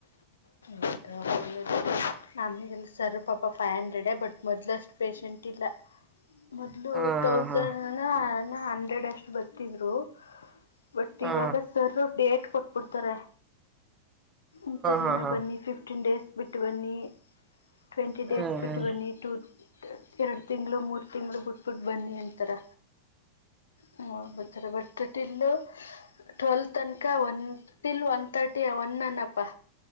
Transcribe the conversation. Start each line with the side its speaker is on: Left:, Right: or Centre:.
Left: ಹೌದಾ ಒಳ್ಳೇದು ನಮಗೆಲ್ಲ ಸರ್ಪಾಪ ಫೈವ್ ಹಂಡ್ರೆಡ್ ಬಟ್ ಮೊದ್ಲಷ್ಟು ಪೇಶಂಟ ಇಲ್ಲ. ಮೊದ್ಲು
Right: ಹಾ
Left: ತೌಸಂನನ
Right: ಹಾ
Left: ಡ್ ಅಷ್ಟು ಬತಿದ್ರು. ಬಟ್
Right: ಹಾ
Left: ಇವಾಗ
Right: ಹಾ
Left: ಸರ್ ಡೆಕ್ ಕೊಟ್ಬಿಡ್ತಾರೆ. ಇಂಥ ದಿನ
Right: ಹಾ ಹಾ ಹಾ ಹಾ
Left: ಬನ್ನಿ ಫಿಫ್ಟೀನ್ ಡೇಸ್ ಬಿಟ್ ಬನ್ನಿ. ಟ್ವೆಂಟಿ ಡೇಸ್
Right: ಹ್ಮ್ ಹ್ಮ್
Left: ಬಿಟ್ಟುಬನ್ನಿ ಟು ಟೆ. ಎರಡು ತಿಂಗಳು ಮೂರು ತಿಂಗಳು ಬುಟ್ಟು ಬಟ್ಟ್ ಬನ್ನಿ ತರ ಹ್ಮ್ ಬತ್ತರೆ ಬಟ್ ಟೋಟಲ್ ಟ್ವೀಲತನಕ one till one thirty one on ಅನಪ್ಪ.